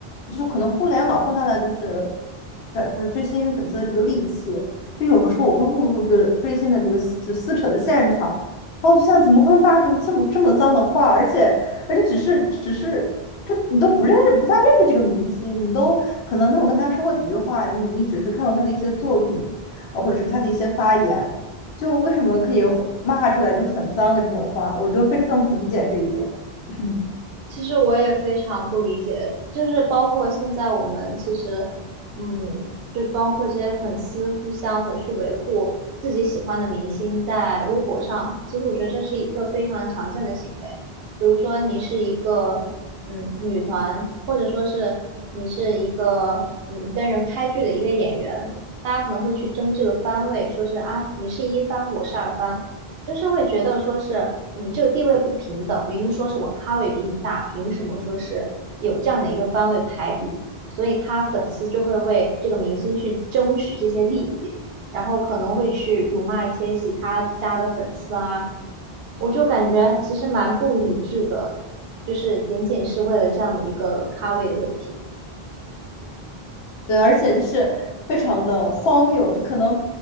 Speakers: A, on the left; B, on the right.
A: 就是可能互联网放大了就是的就是追星粉丝的这个戾气，就有时候我会误入这个追星的这个撕就撕扯的现场，然后我想怎么会骂出这么这么脏的话，而且而且只是只是这你都不认识不太认识这个明星，你都可能没有跟他说过几句话，你你只是看过他的一些作品，呃或者是他的一些发言。就为什么可以吼骂出来就很脏的这种话，我就非常不理解这一点。嗯，
B: 其实我也非常不理解，就是包括现在我们其实，嗯，就包括这些粉丝互相的去维护自己喜欢的明星在微博上，其实我觉得这是一个非常常见的行为。比如说你是一个嗯女团，或者说是你是一个嗯跟人拍剧的一个演员，大家可能会去争这个番位，说是啊你是一番，我是二番。就是会觉得说是你这个地位不平等，明明说是我咖位比你大，凭什么说是有这样的一个番位排比？所以他粉丝就会为这个明星去争取这些利益，然后可能会去辱骂一些其他家的粉丝啊，我就感觉其实蛮不理智的，就是仅仅是为了这样的一个咖位的问题。
A: 对，而且就是非常的荒谬，就可能，